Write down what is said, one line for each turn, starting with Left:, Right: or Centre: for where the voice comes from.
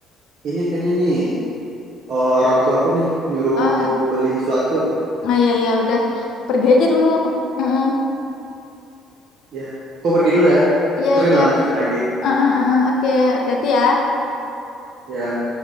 Right: Ini kayaknya nih eh, orang tua aku nih nyuruh
Left: ah
Right: beli sesuatu.
Left: ah, iya iya udah pergi aja dulu Mm-mm.
Right: Ya, aku pergi dulu ya.
Left: iya
Right: Ntar
Left: iya
Right: kita lanjutin lagi.
Left: Ah, ah, ah,
Right: Ya,
Left: ah, Oke, hati-hati ya.
Right: ya.